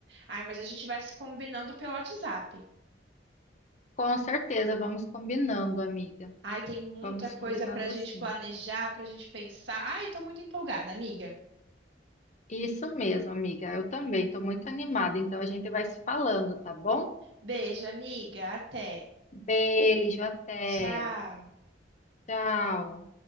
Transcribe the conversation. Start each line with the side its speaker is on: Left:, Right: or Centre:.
Right: Ai, mas a gente vai se combinando pelo WhatsApp.
Left: Com certeza, vamos combinando, amiga.
Right: Ai, tem muita
Left: Vamos
Right: coisa
Left: combinando
Right: pra gente
Left: assim.
Right: planejar, pra gente pensar. Ai, tô muito empolgada, amiga.
Left: Isso mesmo, amiga. Eu também estou muito animada, então a gente vai se falando, tá bom?
Right: Beijo, amiga. Até.
Left: Beijo, até.
Right: Tchau.
Left: Tchau.